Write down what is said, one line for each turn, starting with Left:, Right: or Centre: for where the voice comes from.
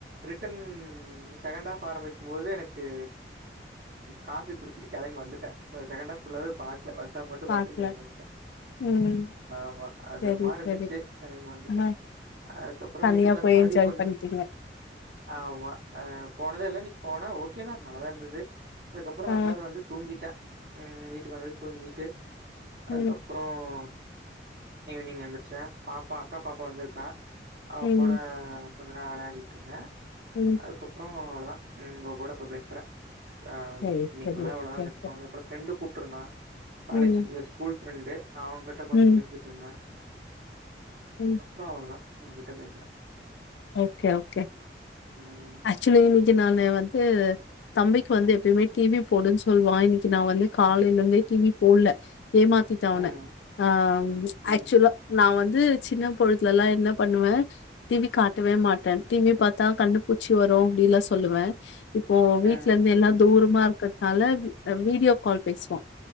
Right: ரிட்டன் செகண்ட் ஆஹஃ ஆரம்பிக்கு போது எனக்கு காஃபி குடிச்சிட் கெளம்பி வந்துட்டே செகண்ட் ஆப் ஃபுல்லாவே பாக்கல ஃபர்ஸ்ட் ஆஃப் மட்டும்
Left: பாக்கல
Right: பாத்துட்டு கெளம்பி வந்ட்டே
Left: ம்
Right: ஆமா அது
Left: சரி
Right: ஒரு மாரி இருந்துச்சு
Left: சரி
Right: கெளம்பி வந்துட்டே
Left: ஆ
Right: அதுக்கப்புறம்
Left: தனியா
Right: வீட்டுக்கு வந்து
Left: போய்
Right: மறுபடியும்
Left: என்ஜாய்
Right: கொஞ்
Left: பண்ட்டீங்க
Right: ஆமா அ போனதே இல்ல இன்னிக்கு போன ஓகே தா நல்லாதா இருந்தது அதுக்கப்பறம்
Left: ஆ
Right: ரெண்டாவது வந்து ட்டே உம் வீட்டுக்கு வந்து தூங்கிட்டு
Left: ம்
Right: அதுக்கப்பறம் ஈவினிங் வந்துருச்சா பாப்பா அக்கா பாப்பா வந்திருக்கா அவக்கூட
Left: ம்
Right: கொஞ்ச நேர வெளயாடிட்டு இருந்த
Left: ம்
Right: அதுக்கப்பறம் அவ தா, ம் உங்க கூட இப்ப பேசுற ஆ,
Left: சரி
Right: இன்னைக்கி
Left: சரி
Right: ஃபுல்லா அவ்ளதா
Left: ஓகே ஓகே
Right: சொல்லுங்க அப்பற ஃப்ரண் ஃப்ரண்டு கூப்ட்டு இருந்தா கலேஜ்
Left: ம்
Right: எ ஸ்கூல் ஃப்ரெண்டு அவ கிட்ட கொஞ்சோ
Left: ம்
Right: பேசிட்டு இருந்தே
Left: ம்
Right: அப்றோ அவ்வளதா உங்ககிட்ட பேசுற
Left: ஓகே ஓகே
Right: ம்
Left: ஆக்சுவலி இன்னைக்கு நானு வந்து தம்பிக்கு வந்து எப் பயுமே டிவி போடுன்னு சொல்லுவா இன்னைக்கி நா வந்து காலைல இருந்தே டிவி போட்ல ஏமாத்திட அவன
Right: ம்
Left: ஆ
Right: ம்
Left: ஆக்ஸ்சுவலா நா வந் து சின்ன பொழுதுலல்லா என்ன பண்ணுவ டிவி காட்டவே மாட்டே டிவி பாத்தா கண்ணு பூ ச்சி வரு அப்டில்லா சொல்லுவே இப்போ வீட்ல
Right: ம்
Left: இருந்து எல்லா தூரமா இருக்க அழகு வீடியோ கால் பேசும்